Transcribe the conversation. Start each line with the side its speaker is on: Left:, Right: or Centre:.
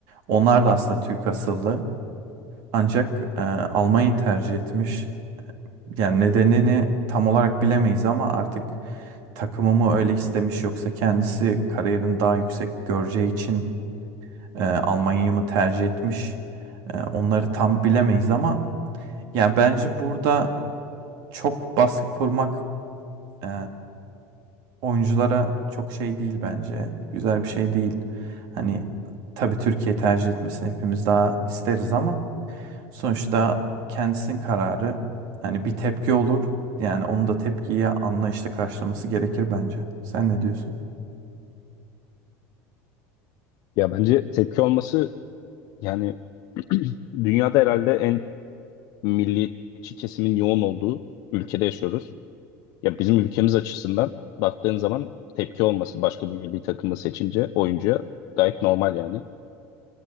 Right: Onlar da aslında Türk asıllı. Ancak e, Almanya'yı tercih etmiş. Yani nedenini tam olarak bilemeyiz ama artık takımı mı öyle istemiş yoksa kendisi kariyerini daha yüksek göreceği için e, Almanya'yı mı tercih etmiş? E, onları tam bilemeyiz ama yani bence burada çok baskı kurmak e, oyunculara çok şey değil bence. Güzel bir şey değil. Hani tabii Türkiye tercih etmesini hepimiz daha isteriz ama Sonuçta kendisinin kararı. Hani bir tepki olur. Yani onu da tepkiye anlayışla karşılaması gerekir bence. Sen ne diyorsun?
Left: Ya bence tepki olması yani <clears throat> dünyada herhalde en milliyetçi kesimin yoğun olduğu ülkede yaşıyoruz. Ya bizim ülkemiz açısından baktığın zaman tepki olması başka bir milli takımı seçince oyuncuya gayet normal yani.